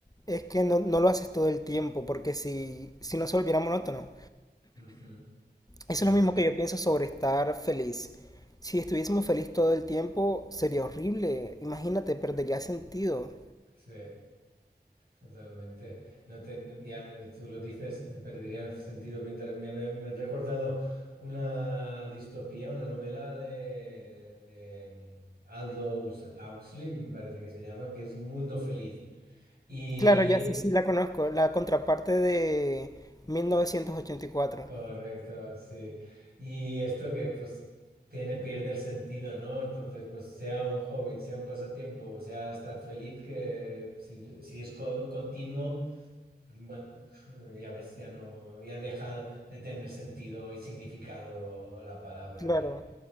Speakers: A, on the left; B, on the right.
A: es que no, no lo haces todo el tiempo porque si, si no se volviera monótono.
B: Ujú. Sí,
A: Eso es lo mismo que yo pienso sobre estar feliz. Si estuviésemos feliz todo el tiempo sería horrible, imagínate, perdería sentido.
B: sí. Totalmente. No te- no, ya no- tú lo dices, perdería sentido. Mientras, me, me- me he recordado una distopía, una novela de, de mm, Aldous Huxley, me parece que se llama, que es Un mundo feliz. Y
A: Claro, ya sí, sí la conozco, la contraparte de 1984.
B: correcto, sí. Y esto que pues tiene, pierde el sentido, ¿no? Entonces, pues sea un hobby, sea un pasatiempo, sea estar feliz, que si, si es co- continuo. Bueno, <laughs> ya ves, ya no, ya deja de tener sentido y significado la palabra,
A: Claro.
B: ¿eh?